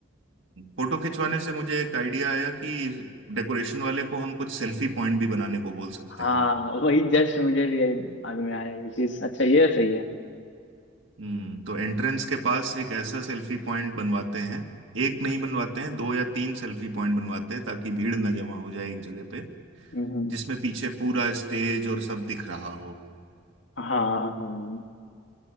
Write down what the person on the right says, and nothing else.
फोटो खिंचवाने से मुझे एक आइडिया आया कि डेकोरेशन वाले को हम कुछ सेल्फी पॉइंट भी बनाने को बोल सकते
हैं
हम्म तो एंट्रेंस के पास एक ऐसा सेल्फी पॉइंट बनवाते हैं एक नहीं बनवाते हैं दो या तीन सेल्फी पॉइंट बनवाते हैं ताकि भीड़ ना जमा हो जाए एक जगह पे
जिसमें पीछे पूरा स्टेज और सब दिख रहा हो